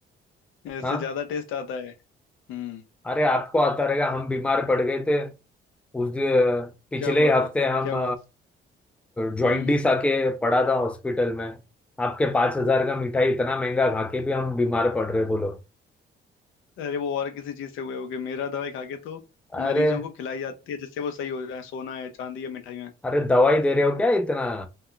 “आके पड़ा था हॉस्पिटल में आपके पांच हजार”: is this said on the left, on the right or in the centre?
Centre